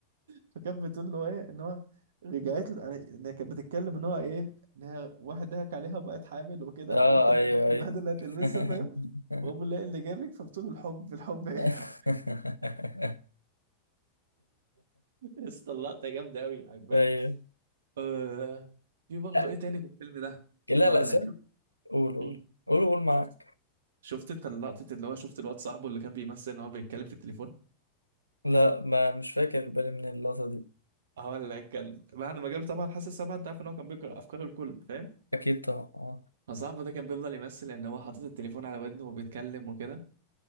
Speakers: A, on the right (about 60°); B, on the right (about 85°).
A: فكانت بتقول له ايه ان هو رجعت له أنا- ان هي كانت بتتكلم ان هو ايه ان هي واحد ضحك عليها وبقت حامل وكده
B: اه
A: وانت الملف
B: ايوه
A: الوحيد
B: ايوه
A: اللي هتلمسها
B: <laughs>
A: فاهم وابو اللي اللي جابك فبتقول له الحب الحب ايه
B: <laughs>
A: <laughs> يا اسطى اللقطه جامده قوي عجباني
B: ايوه
A: آه في برضه
B: لا
A: ايه تاني في الفيلم ده
B: لا
A: هقول
B: لا سيبك
A: لك شوف
B: قول قول
A: مم.
B: قول قول معاك
A: شفت شفت انت اللقطة اللي هو شفت الواد صاحبه اللي كان بيمثل ان هو بيتكلم في التليفون
B: لا ما مش فاكر بالي من اللقطة دي
A: هقول لك كان بعد ما جاله طبعا حاسس سبعة انت عارف ان هو كان بيقرا افكار الكل فاهم
B: اكيد طبعا
A: فصاحبه ده كان بيفضل يمثل ان هو حاطط التليفون على ودنه وبيتكلم وكده